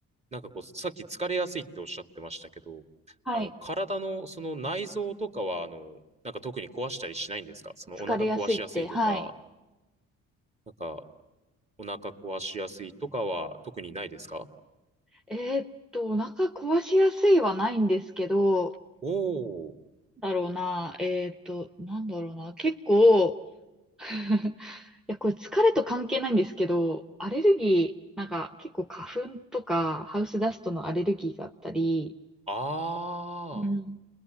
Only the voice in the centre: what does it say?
はい。
疲れやすいって、はい。
えーっと、お腹壊しやすいはないんですけど、
だろうな、えーっと、なんだろうな、結構、<laughs> や、これ疲れと関係ないんですけど、アレルギー、なんか結構花粉とかハウスダストのアレルギーがあったり、
うん。